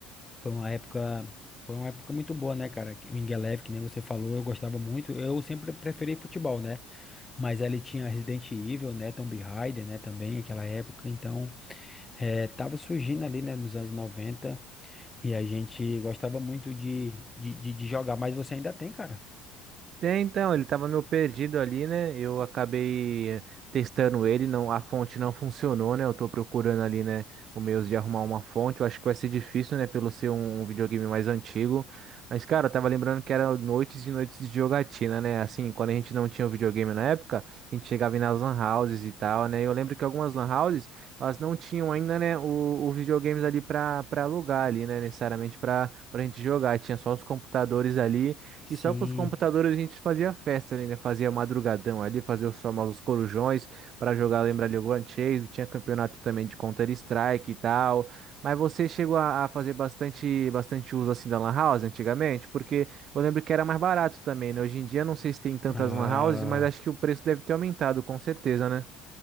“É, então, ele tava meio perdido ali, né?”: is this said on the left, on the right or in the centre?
Right